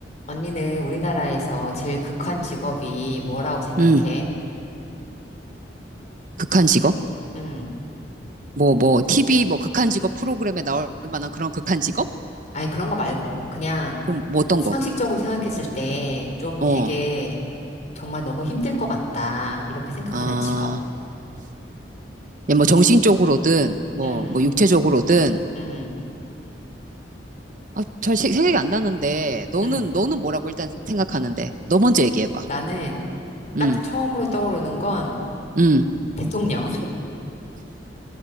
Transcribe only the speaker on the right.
음, 극한 직업?
뭐, 뭐, TV, 뭐, 극한 직업 프로그램에 나올 만한 그런 극한 직업?
그럼 뭐 어떤
거?
어,
아,
예, 뭐, 정신적으로든, 뭐,
뭐, 육체적으로든,
아, 잘 세- 생각이 안 나는데, 너는,
너는 뭐라고 일단 생각하는데, 너 먼저 얘기해봐.
음,
음.